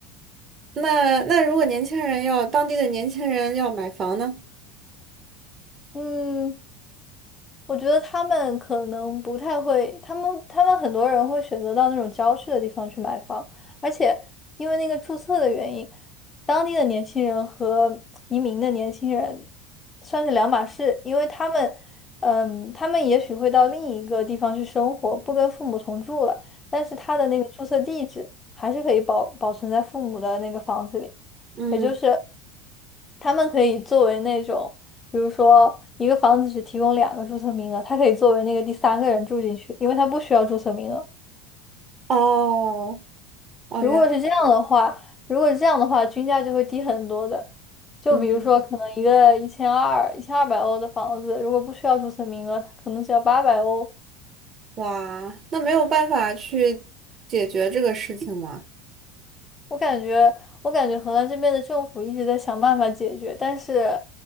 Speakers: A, on the right; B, on the left.
A: 那那如果年轻人要当地的年轻人要买房呢？
B: 嗯，我觉得他们可能不太会，他们他们很多人会选择到那种郊区的地方去买房，而且因为那个注册的原因，当地的年轻人和移民的年轻人算是两码事，因为他们，嗯，他们也许会到另一个地方去生活，不跟父母同住了，但是他的那个注册地址还是可以保保存在父母的那个房子里，
A: 嗯，
B: 也就是他们可以作为那种。比如说一个房子只提供两个注册名额，他可以作为那个第三个人住进去，因为他不需要注册名额。
A: 哦哦，
B: 如果是这样的话，
A: 原来，
B: 如果是这样的话，均价就会低很多的。就比如说，
A: 嗯，
B: 可能一个一千二、一千二百欧的房子，如果不需要注册名额，它可能只要八百欧。
A: 哇，那没有办法去解决这个事情吗？
B: 我感觉，我感觉荷兰这边的政府一直在想办法解决，但是